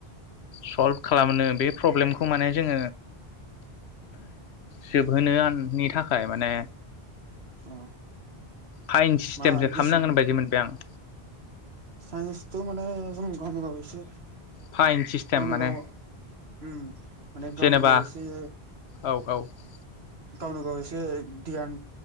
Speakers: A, on the left; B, on the right.
A: सल्भ खालामनो बे प्रब्लेमखौ माने जोंङो जोबहोनो आन नि थाखाय माने
B: अ
A: फाइन सिस्टेमसो
B: मा दिसुन
A: खामनांगोन बायदि मोनबाय आं
B: साइन्सथ' माने जों गावनो गाव एसे
A: फाइन सिस्टेम
B: गावनो
A: माने
B: गाव उम माने
A: जेनेबा
B: गावनो गाव एसे
A: ओ औ औ
B: गावनो गाव एसे धियान